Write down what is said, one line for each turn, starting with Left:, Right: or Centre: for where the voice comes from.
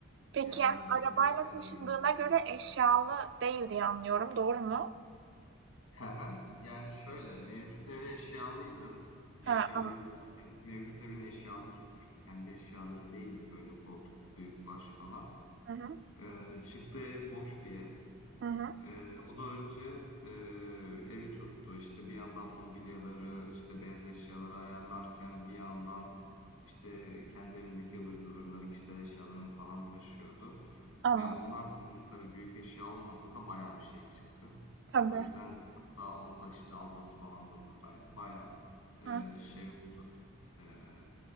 Right: Peki
Left: Yani
Right: yani arabayla
Left: işte eşyaları
Right: taşındığına
Left: indir çıkar.
Right: göre eşyalı değil diye anlıyorum, doğru mu?
Left: Hı hı. Yani şöyle, mevcut evi eşyalıydı.
Right: Ha,
Left: Eşyalıydı
Right: anladım.
Left: derken mevcut evini eşyalı tutmuştu. Kendi eşyaları değildi böyle koltuk, büyük baş falan.
Right: Hı hı,
Left: Ee, çıktığı ev boş bir ev.
Right: hı hı,
Left: Ee, o da önce e, evi tuttu. İşte bir yandan mobilyaları, işte beyaz eşyaları ayarlarken bir yandan işte kendi evindeki ıvır zıvırları, kişisel eşyalarını falan taşıyordu.
Right: anladım.
Left: Ya onlar da hani tabii büyük eşya olmasa da bayağı bir şey çıktı.
Right: Tabii.
Left: O yüzden hatta onu da işte ablası falan da buradaydı. Bayağı eee,
Right: Hı
Left: şey oldu. Eee,